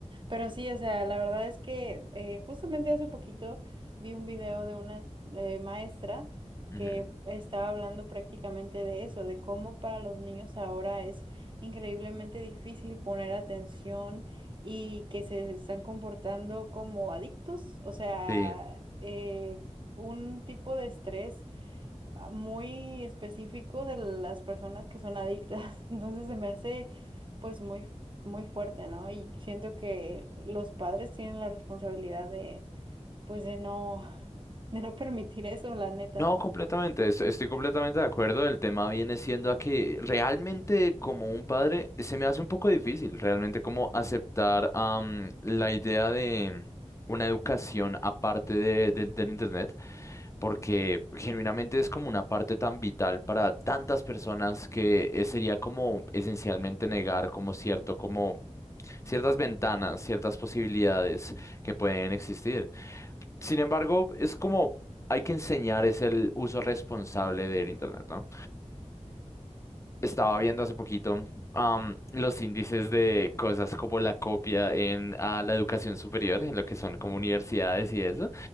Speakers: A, on the right; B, on the left.
A: Pero sí, o sea, la verdad es que eh, justamente hace poquito vi un video de una eh, maestra
B: Ujú.
A: que estaba hablando prácticamente de eso, de cómo para los niños ahora es increíblemente difícil poner atención y que se están comportando como adictos, o sea,
B: Sí.
A: eh, un tipo de estrés ah, muy específico de las personas que son adictas. <laughs> Entonces se me hace pues muy, muy fuerte, ¿no? Y siento que los padres tienen la responsabilidad de pues de no, <laughs> de no permitir eso, la neta.
B: No, completamente. es- Estoy completamente de acuerdo. El tema viene siendo a que realmente como un padre se me hace un poco difícil realmente como aceptar am, la idea de una educación aparte de, de- del internet. porque genuinamente es como una parte tan vital para tantas personas que eh, sería como esencialmente negar como cierto, como ciertas ventanas, ciertas posibilidades que pueden existir. Sin embargo, es como hay que enseñar es el uso responsable del Internet, ¿no? Estaba viendo hace poquito am, los índices de cosas como la copia en ah, la educación superior, en lo que son como universidades y eso,